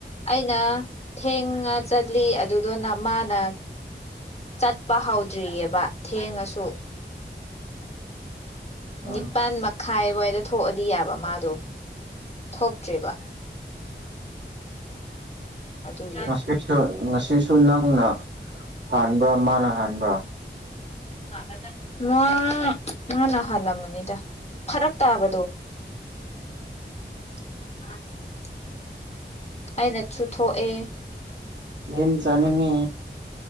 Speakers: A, on the left (about 35°); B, on the right (about 75°).
A: ꯑꯩꯅ ꯊꯦꯡꯉ ꯆꯠꯂꯤ ꯑꯗꯨꯗꯨꯅ ꯃꯥꯅ ꯆꯠꯄ ꯍꯧꯗ꯭ꯔꯤꯑꯦꯕ ꯊꯦꯡꯉꯁꯨ
B: ꯑꯥ
A: ꯅꯤꯄꯥꯜ ꯃꯈꯥꯏꯋꯥꯏꯗ ꯊꯣꯛꯑꯗꯤ ꯌꯥꯕ ꯃꯥꯗꯣ ꯊꯣꯛꯇ꯭ꯔꯤꯕ ꯑꯗꯨꯒꯤꯅꯤ
B: ꯉꯁꯤꯁꯨ ꯉꯁꯤꯁꯨ ꯅꯪꯅ ꯍꯥꯟꯕ꯭ꯔꯥ ꯃꯥꯅ ꯍꯥꯟꯕ꯭ꯔꯥ
A: <inaudible> ꯃꯥ ꯃꯥꯅ ꯍꯜꯂꯝꯃꯅꯤꯗ ꯐꯔꯛ ꯇꯥꯕꯗꯣ
B: <inaudible>
A: <inaudible> ꯑꯩꯅꯁꯨ ꯊꯣꯛꯑꯦ
B: ꯌꯦꯟ ꯆꯥꯅꯤꯡꯉꯦ